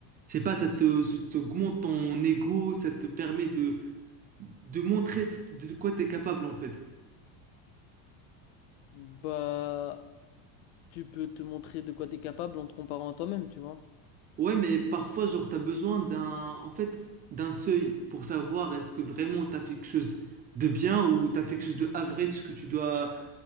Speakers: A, on the right (about 20°); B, on the left (about 50°).
A: Je sais pas, ça te, ça t'augmente ton ego, ça te permet de, de montrer ce- de quoi t'es capable, en fait.
B: Bah, tu peux te montrer de quoi t'es capable en te comparant à toi-même, tu vois.
A: Ouais, mais parfois, genre, t'as besoin d'un, en fait, d'un seuil pour savoir est-ce que vraiment t'as fait quelque chose de bien ou t'as fait quelque chose de average que tu dois